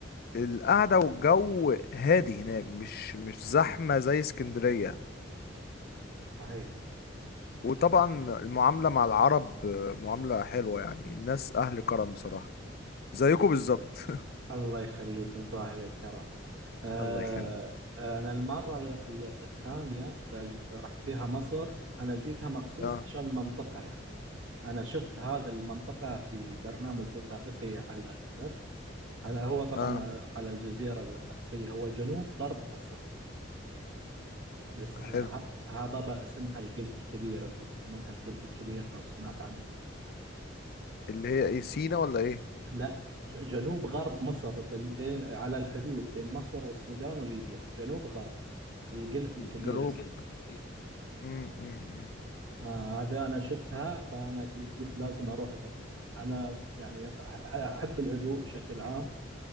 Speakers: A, on the left (about 55°); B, on the right (about 90°).
A: القعده والجو هادي هناك مش مش زحمه زي اسكندريه
B: صحيح
A: وطبعا المعامله مع العرب آه، معامله حلوه يعني الناس اهل كرم بصراحه زيكم بالظبط <laughs>
B: الله يخليك انتم اهل الكرم آه
A: الله يخليك
B: انا المره ال- ال- الثانيه ل- رحت فيها مصر انا جيتها مخصوص
A: اه
B: عشان المنطقه يعني انا شفت هذا المنطقه في برنامج وثائقي على النت على هو طبعا
A: اه
B: على الجزيره الوثائقيه هو جنوب غرب مصر اس-
A: حلو
B: ه- هذا بقى اسمها القلف الكبير انتم تسمونها القلف الكبير لو سمعت عنها
A: اللي هي ايه سينا ولا ايه
B: لا ج- جنوب غرب مصر بال- بين- على الحدود بين مصر والسودان وليبيا جنوب غرب القلف الكبير
A: جنوب
B: اسمه
A: الجلف الكبير مم، مم، مم.
B: آه هذا انا شفتها فانا قلت قلت لازم اروح لأن انا يعني أب- احب الهدوء بشكل عام